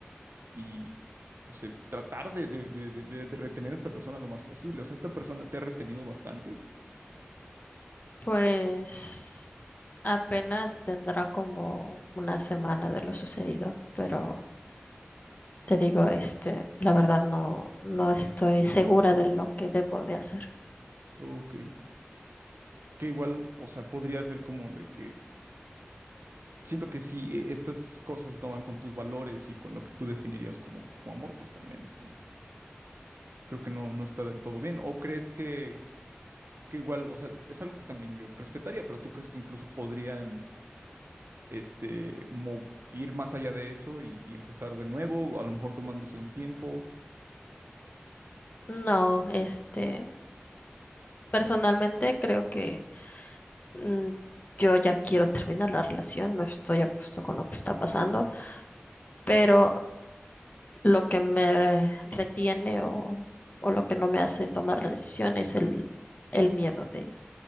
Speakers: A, on the right; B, on the left.
A: y pues eh, tratar de, de de- de- de- de retener a esta persona lo más posible. O sea, esta persona te ha retenido bastante.
B: Pues apenas tendrá como una semana de lo sucedido, pero te digo, este, la verdad no, no estoy segura de lo que debo de hacer.
A: Ok. Que igual, o sea, podría ser como de que siento que si eh, estas cosas no van con tus valores y con lo que tú definirías como, como amor, pues también es como, creo que no, no está del todo bien. ¿O crees que, que igual, o sea, es algo que también yo respetaría, pero tú crees que incluso podrían, este, mo- ir más allá de eso y, y empezar de nuevo, a lo mejor tomándose un tiempo?
B: No, este, personalmente creo que mm, yo ya quiero terminar la relación, no estoy a gusto
A: Sí.
B: con lo que está pasando, pero lo que me retiene o, o lo que no me hace tomar la decisión es el, el miedo de,